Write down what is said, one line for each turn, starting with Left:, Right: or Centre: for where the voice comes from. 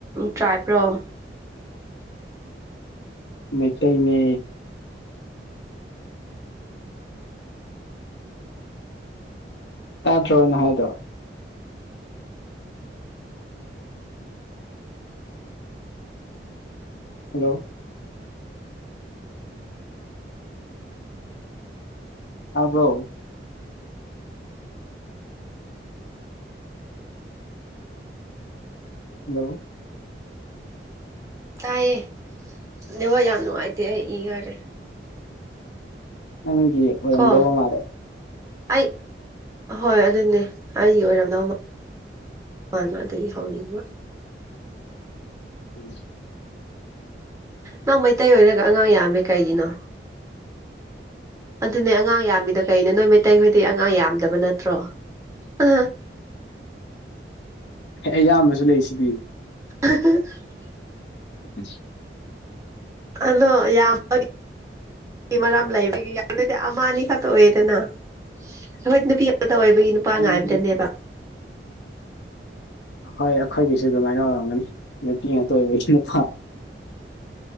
Right: ꯇ꯭ꯔꯥꯏꯕꯔꯣ
Left: ꯃꯩꯇꯩꯅꯦ ꯇꯥꯗ꯭ꯔꯣ ꯅ ꯍꯥꯏꯗꯣ ꯍꯜꯂꯣ ꯑꯥꯕꯧ ꯍꯜꯂꯣ
Right: ꯇꯥꯏꯌꯦꯦ ꯅ ꯍꯣꯏ ꯌꯥꯝ ꯅꯨꯡꯉꯥꯏꯇꯦ ꯑꯩ ꯏꯈꯔꯦ
Left: ꯅꯪꯒꯤꯤ ꯑꯣꯏꯔꯗꯧꯕ
Right: ꯀꯣ
Left: ꯃꯥꯔꯦ
Right: ꯑꯩ ꯍꯣꯏ ꯑꯗꯨꯅꯦ ꯑꯩ ꯑꯣꯏꯔꯝꯗꯧ ꯍ ꯃꯥ ꯇꯗꯒꯤ ꯍꯥꯎꯅꯤꯀ
Left: ꯎꯝ
Right: ꯅꯪ ꯃꯩꯇꯩ ꯑꯣꯏꯔꯒ ꯑꯉꯥꯡ ꯌꯥꯝꯃꯦ ꯀꯩꯒꯤꯅꯣ ꯑꯗꯨꯅꯦ ꯑꯉꯥꯡ ꯑꯉꯥꯡ ꯌꯥꯝꯃꯤꯗ ꯀꯩꯅ ꯅꯣꯏ ꯃꯩꯇꯩꯈꯣꯏꯗꯤ ꯑꯉꯥꯡ ꯌꯥꯝꯗꯕ ꯅꯠꯇ꯭ꯔꯣ ꯑ
Left: ꯑꯌꯥꯝꯕꯁꯨ ꯂꯩꯁꯤꯗꯤ
Right: <unintelligible>
Left: <unintelligible>
Right: ꯑꯗꯣ ꯌꯥꯝꯃ ꯅꯨ ꯃꯔꯥꯝ ꯂꯩꯕꯒꯤ ꯌꯥꯔꯗꯗꯤ ꯑꯃ ꯑꯅꯤ ꯈꯛꯇ ꯑꯣꯏꯌꯦꯗꯅ ꯑꯩꯈꯣꯏ ꯅꯨꯄꯤ ꯑꯣꯏꯕꯒꯤ ꯅꯨꯄꯥ
Left: ꯎꯝ
Right: ꯉꯥꯏꯕꯗꯅꯦꯕ
Left: ꯍꯣꯏ ꯑꯩꯈꯣꯏꯒꯤꯁꯨ ꯑꯗꯨꯃꯥꯏꯅ ꯑꯣꯏꯔꯝꯒꯅꯤ ꯅꯨꯄꯤ ꯑꯇꯣꯏꯕꯒꯤ ꯅꯨꯄꯥꯥ꯫